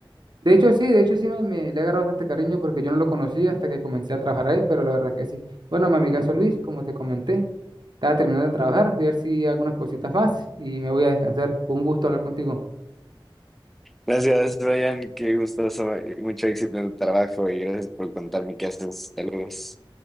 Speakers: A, on the right; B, in the centre.
A: de hecho sí, de hecho sí me, me le agarró bastante cariño porque yo no lo conocía hasta que comencé a trabajar ahí, pero la verdad que sí. Bueno, mi amigazo Luis, como te comenté, estaba terminando de trabajar, voy a ver si hago unas cositas más y me voy a descansar. Fue un gusto hablar contigo.
B: Gracias, Brian. Qué gustoso. eh, Mucho éxito en tu trabajo y gracias por contarme qué haces. Saludos.